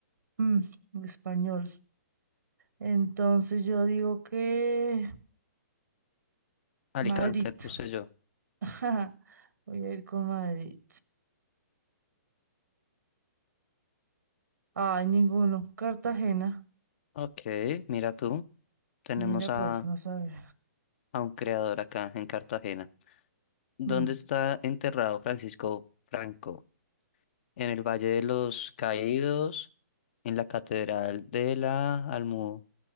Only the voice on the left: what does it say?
Alicante,
puse yo.
Ok, mira tú. Tenemos
a
a un creador acá en Cartagena. ¿Dónde
está enterrado Francisco Franco? ¿En el Valle de los Caídos? ¿En la Catedral de la Almu-